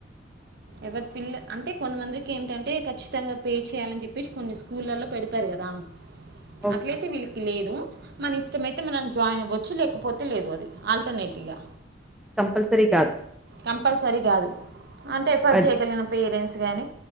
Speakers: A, on the right; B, in the centre.
A: ఎవరి పిల్ల అంటే కొంతమందికి ఏంటంటే ఖచ్చితంగా పే చేయాలని చెప్పేసి కొన్ని స్కూళ్ళల్లో పెడతారు. కదా
B: ఓకే
A: అట్లయితే విలు లేదు మన ఇష్టమయితే మనం జాయిన్ అవ్వచ్చు లేకపోతే లేదు అది ఆల్టర్నేట్ ఇగా
B: కంపల్సరీ కాదు
A: కంపల్సరీ కాదు అంటే ఎఫర్ట్
B: అది
A: చేయ్యగలిగిన పేరెంట్స్ గాని